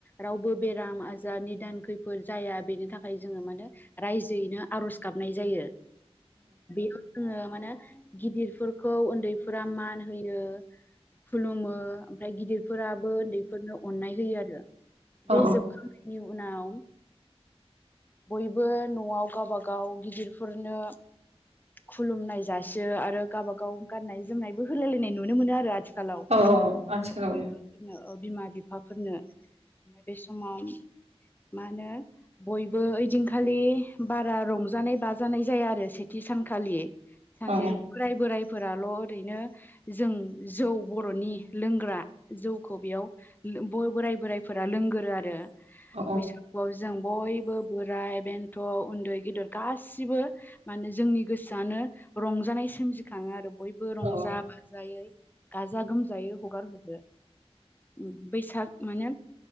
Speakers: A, on the left; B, on the right.
A: रावबो बेराम आजार निदान खैफोद जाया या बेनि थाखाय जोङो माने रायजोयैनो आर'ज गाबनाय जायो बेयाव जोङो मानो गिदिरफोरखौ उन्दैफोरा मान होयो खुलुमो ओमफ्राय गिदिरफोराबो उन्दैफोरनो अननाय होयो आरो।
B: औ
A: बे जोबखांनायनि उनाव ओ बयबो न'आव गावबा गाव गिदिरफोरनो खुलुमनाय जासियो आरो गावबा गाव गाननाय जोमनायबो होलाय लायनाय नुनो मोनो आरो आथिखाल आथिखालाव <unintelligible>
B: औ आथिखालावनो
A: ओ बिमा बिफाफोरनो ओमफ्राय बे समाव मा होनो बयबो ओइदिनखालि बारा रंजानाय बाजानाय जाया आरो सेथि सानखालि सानसे
B: औ
A: बोराय बोरायफोराल' ओरैनो जों जौ बर'नि लोंग्रा जौखौ बेयाव बय बोराइ बोराइफोरा लोंगोरो आरो।
B: औ
A: बैसागुआव जों बयबो बोराय बेन थ' उन्दै गेदेर गासिबो माने जोंनि गोसोआनो रंजानाय सोमजिखाङो आरो बयबो रंजा
B: औ
A: बाजायै गाजा गोमजायै हगार हरो उम बैसाग माने